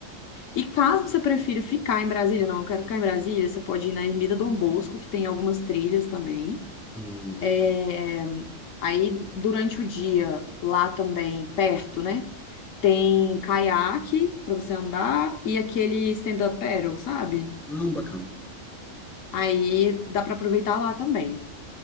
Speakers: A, on the left; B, in the centre.
A: E caso você prefira ficar em Brasília, não, eu quero ficar em Brasília, você pode ir na Ermida Dom Bosco, que tem algumas trilhas também.
B: Hum.
A: É, Aí, durante o dia, lá também, perto, né? Tem caiaque para você andar e aquele stand-up paddle, sabe?
B: Ah, bacana.
A: Aí dá para aproveitar lá também.